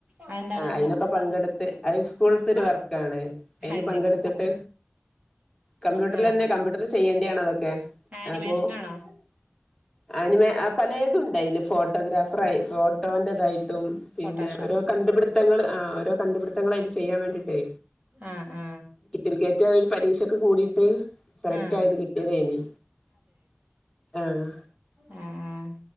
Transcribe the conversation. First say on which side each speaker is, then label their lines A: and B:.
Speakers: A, on the right; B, in the centre.
A: അതെന്താണ്
B: ആഹ അയിതിനൊക്കെ പങ്കെടുത്ത് അത് സ്കൂളത്തെ ഒരു വർക്കാണ് അതിന്
A: അത്
B: പങ്കെടുത്തിട്ട്.
A: ശരി
B: കമ്പ്യൂട്ടറിൽ
A: ആ
B: തന്നെ കമ്പ്യൂട്ടറിൽ ചെയ്യേണ്ടിയാണ് അതൊക്കെ
A: ആനിമേഷനാണോ
B: അപ്പൊ. അനി വേ പലതുണ്ടായില് ഫോട്ടോഗ്രാഫർ ആയി. ഫോ കട്ടറതായിട്ടും പിന്നെ
A: ഫോട്ടോഷോപ്പ്
B: ഓരോ കണ്ടുപിടുത്തങ്ങൾ ആഹ ഓരോ കണ്ട്പിത. ങ്ങളെ യിട്ട് ചെയ്യാൻ വേണ്ടിട്ട്
A: ആ ആ
B: കിറ്റിൽ കറ്റ് ഒരു പരീക്ഷക്കൊക്കെ കൂടിയിട്ട്. സെലക്ട്
A: ആ
B: ആയിട്ട് കിട്ടിയതേനി ആഹ്.
A: ആഹ ആഹ